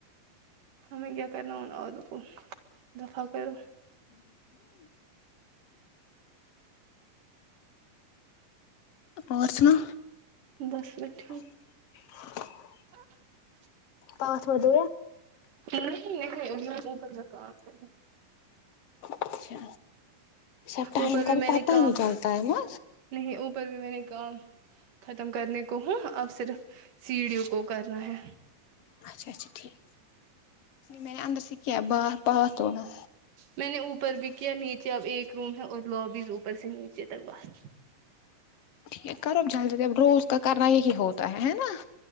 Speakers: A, on the right; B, on the left.
A: ہمیں کیا کرنا ان آدھو کو دفاع کرو
B: بات سنو
A: بس رکھ ٹھیک
B: <inaudible>
A: س <unintelligible>
B: پانچ بجے
A: نہیں نہیں انہیں پر جا کام پر جا
B: اچھا سب ٹائم
A: اوپر
B: کا بھی
A: میں
B: پتہ
A: نے کام
B: ہی نہیں چلتا ہے نا
A: نہیں اوپر بھی میں نے کہا ختم کرنے کو ہوں اب صرف سیڑیوں کو کرنا ہے
B: اچھا اچھا ٹھیک میں اندر سے کیا باہر پارکینگ ہے
A: میں نے اوپر بھی کیا نیچے اب ایک روم ہے اور لوبیز اوپر سے نیچے تک باہر
B: ٹھیک ہے کروب جلد جی اب روز کا کرنا یہی ہوتا ہے نا